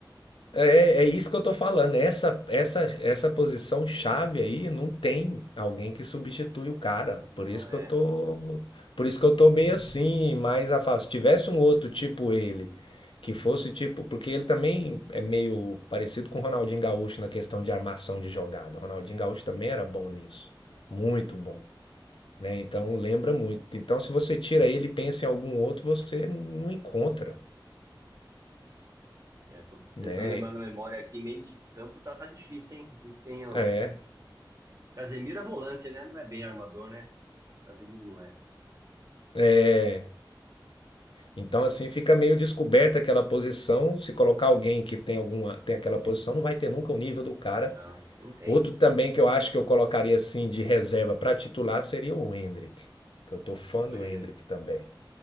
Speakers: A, on the left (about 85°); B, on the right (about 40°).
A: É, é isso que eu tô falando. Essa, essa, essa posição chave aí não tem alguém que substitui o cara.
B: Não,
A: Por isso
B: é.
A: que eu tô, por isso que eu tô meio assim, mais afastado. Se tivesse um outro tipo ele, que fosse tipo, porque ele também é meio parecido com o Ronaldinho Gaúcho na questão de armação de jogada. O Ronaldinho Gaúcho também era bom nisso, muito
B: Uhum.
A: bom, né? Então lembra muito. Então se você tira ele e pensa em algum outro, você não encontra,
B: É, tô
A: né?
B: tentando lembrar na memória aqui, meio de campo tá, tá difícil, hein? A gente tem ó,
A: É.
B: Casemiro é volante, né? Não é bem armador, né? Casemiro não é.
A: é. Então, assim, fica meio descoberta aquela posição. Se colocar alguém que tem alguma, tem aquela posição, não vai ter nunca o nível do cara.
B: Ah, não tem.
A: Outro também que eu acho que eu colocaria assim de reserva para titular seria o Endrick Que eu tô fã
B: O
A: do
B: Ender.
A: Endrick também.